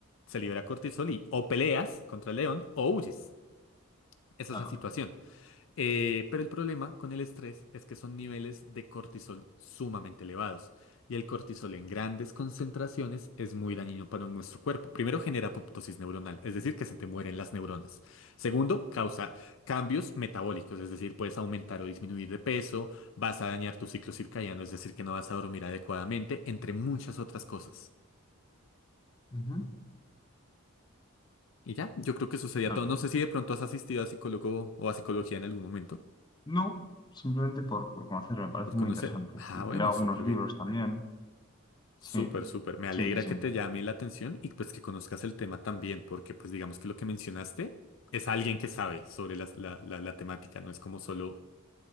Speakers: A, on the left; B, on the left.
A: Se libera cortisol y o peleas contra el león o huyes. Esa
B: Claro.
A: es la situación. Eh, pero el problema con el estrés es que son niveles de cortisol sumamente elevados y el cortisol en grandes concentraciones es muy dañino para nuestro cuerpo. Primero, genera apoptosis neuronal, es decir, que se te mueren las neuronas. Segundo, causa cambios metabólicos, es decir, puedes aumentar o disminuir de peso, vas a dañar tu ciclo circadiano, es decir, que no vas a dormir adecuadamente, entre muchas otras cosas.
B: Ujú.
A: Y ya, yo creo que sucedía
B: Claro.
A: todo. No sé si de pronto has asistido a psicólogo o a psicología en algún momento
B: No, simplemente por, por conocerlo, me parece
A: por
B: muy
A: conocer.
B: interesante.
A: Ah,
B: Y
A: bueno,
B: leo algunos
A: súper
B: libros
A: bien.
B: también.
A: Súper,
B: Sí,
A: súper. Me alegra
B: sí, sí, sí.
A: que te llame la atención y pues que conozcas el tema también, porque pues digamos que lo que mencionaste es alguien que sabe sobre las- la, la, la temática, no es como solo...